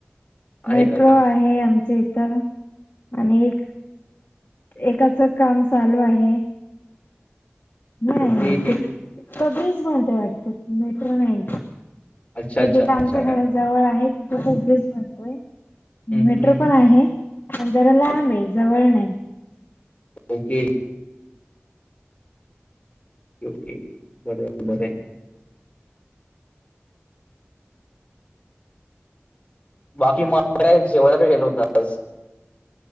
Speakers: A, on the left; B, on the left.
A: आहे
B: मेट्र
A: का
B: ट्रो आहे आमच्या इथं आणि एक एकाच काम, चालू आहे. नाही
A: ओके
B: नहीं ते, तो ब्रीज बनतोय वाटतं, मेट्रो नाही.
A: अच्छा अच्छा
B: एक
A: अच्छा
B: इथं आमच्या घराजवळ आहे, तिथे पण ब्रिज बनतोय.
A: हम्म
B: मेट्रो
A: हम्म
B: पण आहे, पण जरा लांब ये, जवळ नाही.
A: ओके. ओके, बरं बरंय. बाकी मग काय, जेवायला काय केलं होत आज?